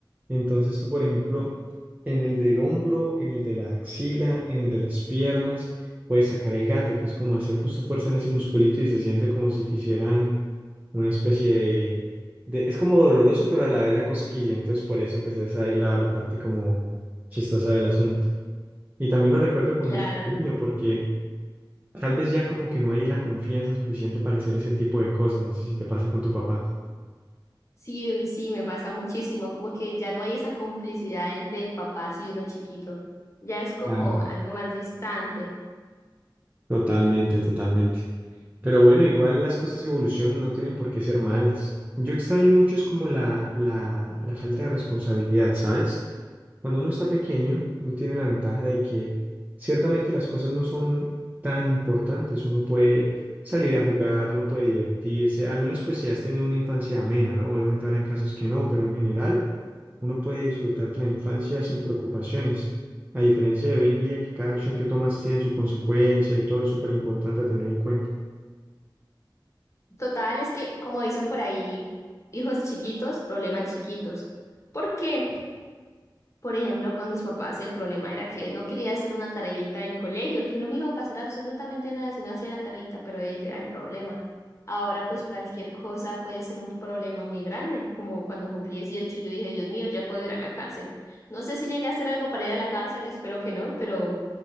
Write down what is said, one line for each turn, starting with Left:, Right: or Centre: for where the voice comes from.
Right: Entonces tú, por ejemplo, en el del hombro, en el de la axila, en el de las piernas, puedes sacar el gato, que es como hacer justo fuerza en ese musculito y se siente como si te hicieran una especie de, de- es como doloroso, pero a la vez da cosquilla. Entonces por eso pues es ahí la, la parte como chistosa del asunto. Y también lo recuerdo con
Left: Claro,
Right: mucho cariño porque... Tal vez ya como que no hay la confianza suficiente para hacer ese tipo de cosas. No sé si te pasa con tu papá.
Left: sí, sí, me pasa muchísimo, como que ya no hay esa complicidad entre papás y uno chiquito, ya es como
Right: Claro.
Left: algo más distante.
Right: Totalmente, totalmente. Pero bueno, igual las cosas evolucionan, no tienen por qué ser malas. Yo extraño mucho es como la, la, la falta de responsabilidad, ¿sabes? Cuando uno está pequeño, uno tiene la ventaja de que ciertamente las cosas no son tan importantes. Uno puede salir a jugar, uno puede divertirse, al menos pues si has tenido una infancia amena, ¿no? Obviamente habrán casos que no, pero en general uno puede disfrutar de la infancia sin preocupaciones. A diferencia de hoy en día que cada acción que tomas tiene su consecuencia y todo es súper importante a tener en cuenta.
Left: Total, es que como dicen por ahí, hijos chiquitos, problemas chiquitos, porque Por ejemplo, con mis papás el problema era que no quería hacer una tareita del colegio, que no me iba a pasar absolutamente nada si no hacía la tareita, pero ese era el problema. Ahora pues cualquier cosa puede ser un problema muy grande, como cuando cumplí 18 yo dije, Dios mío, ya puedo ir a la cárcel. No sé si llegué a hacer algo para ir a la cárcel, espero que no, pero,